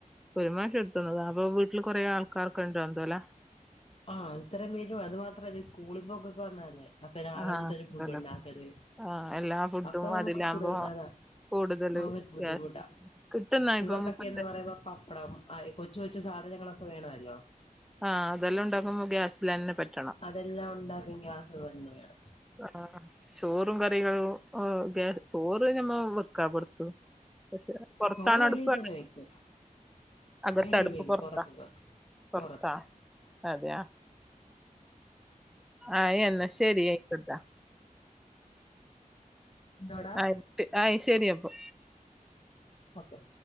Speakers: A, in the centre; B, on the left (about 45°).
A: ഒരു മാസം എത്തുള്ളൂ അത്. അപ്പൊ വീട്ടില് കുറെേ ആൾക്കാർക്ണ്ടോ എന്തോലാ.
B: ആഹ് ഇത്രം പേരും അത് മാത്രല്ല, സ്കൂളിൽ പോക്കൊക്കെ വന്നാലേ. അപ്പൊ രാവിലത്തെ
A: ആഹ്
B: ഒരു
A: അതല്ലെ
B: ഫുഡ് ഉണ്ടാക്കല്.
A: ആഹ് എല്ലാ ഫുഡും
B: അപ്പൊ നമുക്ക്
A: അതിലാകുമ്പോ
B: കൂടുതൽ അതാ.
A: കൂടുതല്
B: മോഹന് ബുദ്ധിമുട്ടാ.
A: ഗ്യാസ് കിട്ടുന്ന ഇപ്പൊ
B: ഇവർക്കൊക്കെ
A: മുപ്പത്തെ
B: എന്ന് പറയുമ്പോ പപ്പടം, - ആ കൊച്ച കൊച്ചു സാധനങ്ങളൊക്കെ വേണെല്ലോ?
A: ആഹ് അതെല്ലാം ഉണ്ടാക്മ്പോ ഗ്യാസിലെന്നെ പറ്റു.
B: അതെല്ലാം ഉണ്ടാക്കാൻ ഗ്യാസുന്നു വേണം.
A: ആഹ് ചോറും കറികളും ഒക്കെ, ചോറ് നമ്മള് വെക്കാ പൊറത്ത്. പക്ഷെ- പുറത്താണോ
B: ചോറ് വെളിയിൽ
A: അടുപ്പ്?
B: തന്നെ വെക്കും
A: അകത്താണോ?
B: വെളിയിൽ
A: അടുപ്പ്
B: വെക്കും
A: പൊറത്താ.
B: പുറത്ത്
A: പൊറത്താ.
B: പുറത്ത്
A: അതെയാ. ആഹ് ന്ന ശരി ആയിക്കോട്ടെ
B: എന്തോടാ
A: ആയിട്ട് ആയി ശരിയപ്പൊ
B: പോട്ടെ